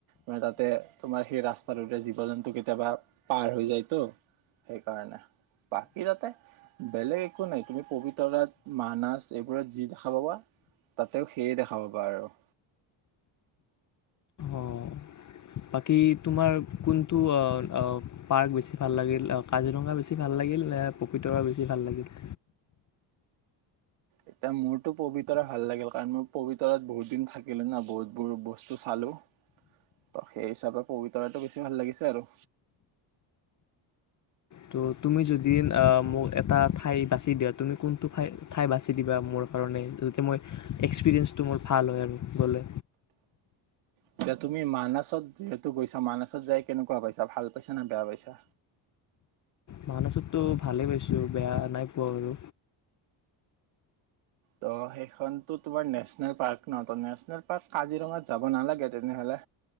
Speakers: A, on the right; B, on the left.
A: ম তাতে তোমাৰ সেই ৰাস্তাটোৰে জীৱ জন্তু কেতিয়াবা পাৰ হৈ যায়তো সেইকাৰণে বাকী তাতে বেলেগ একো নাই তুমি পবিতৰাত মানাছ এইবোৰত যি দেখা পাবা তাতেও সেইয়ে দেখা পাবা আৰু।
B: অঁ বাকী তোমাৰ কোনটো অ ও পাৰ্ক বেছি ভাল লাগিল কাজিৰঙা বেছি ভাল লাগিল নে পপীতৰা বেছি ভাল লাগিল?
A: এতিয়া মোৰতো পবিতৰা ভাল লাগিল কাৰণ মোৰ পবিতৰাত বহুত দিন থাকিলো ন বহুত বহুত বস্তু চালোঁ ত সেই হিচাপে পবিতৰাটো বেছি ভাল লাগিছে আৰু।
B: ত' তুমি যদি মোক এটা ঠাই বাচি দিয়া তুমি কোন টো ঠাই বাচি দিবা মোৰ কাৰণে। মই এক্সপিৰিয়েঞ্চটো মোৰ ভাল হয় আৰু গ'লে।
A: এতিয়া তুমি মানাছত যিহেতু গৈছা মানাছত যাই কেনেকুৱা পাইছা ভাল পাইছা নে বেয়া পাইছা।
B: মানছতো ভালেই পাইছো বেয়া নাই পোৱা আৰু।
A: ত' সেইখনতো তোমাৰ নেচনেল পাৰ্ক ন ত নেচনেল পাৰ্ক কাজিৰঙাত যাব নালাগে তেনেহলে